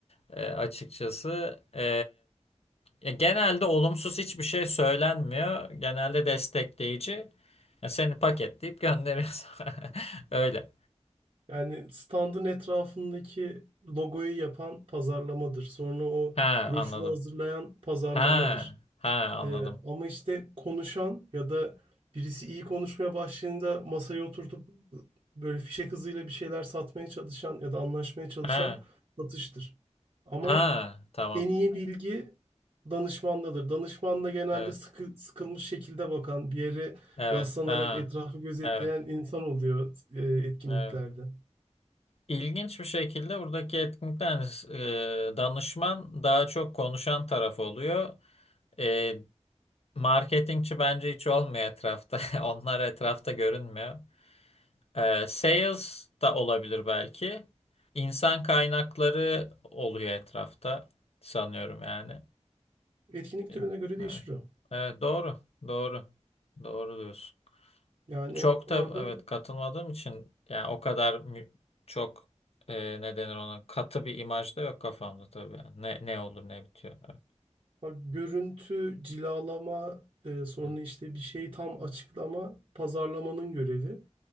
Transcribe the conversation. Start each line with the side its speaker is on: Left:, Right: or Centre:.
Left: E, açıkçası. e, Ya genelde olumsuz hiçbir şey söylenmiyor. Genelde destekleyici. Ya seni paketleyip gönderiyor. <laughs> Öyle.
Right: Yani standın etrafındaki logoyu yapan pazarlamadır. Sonra o
Left: Ha
Right: broşürü
Left: anladım.
Right: hazırlayan pazarlamadır.
Left: Ha ha anladım.
Right: E, ama işte konuşan ya da birisi iyi konuşmaya başladığında masaya oturtup e, böyle fişek hızıyla bir şeyler satmaya çalışan ya da anlaşmaya çalışan
Left: Ha
Right: satıştır. Ama
Left: ha tamam.
Right: En iyi bilgi danışmandadır. Danışman da genelde
Left: Evet.
Right: sıkı, sıkılmış şekilde bakan, bir yere
Left: Evet.
Right: yaslanarak
Left: Ha.
Right: etrafı gözetleyen
Left: Evet.
Right: insan oluyor e, etkinliklerde.
Left: Evet. İlginç bir şekilde buradaki etkinlikten e, danışman daha çok konuşan taraf oluyor. E, marketingçi bence hiç olmuyor etrafta. <laughs> Onlar etrafta görünmüyor. Ee, sales da olabilir belki. İnsan kaynakları oluyor etrafta sanıyorum yani.
Right: Etkinlik
Left: Ee,
Right: türüne göre değişir
Left: Evet.
Right: o.
Left: Evet doğru. Doğru. Doğru diyorsun.
Right: Yani
Left: Çok
Right: orada
Left: da evet katılmadığım için yani o kadar mü- çok e, ne denir ona katı bir imaj da yok kafamda tabii yani. Ne ne olur ne bitiyor. Evet.
Right: bak, görüntü, cilalama, e, sonra
Left: Evet.
Right: işte bir şeyi tam açıklama, pazarlamanın görevi.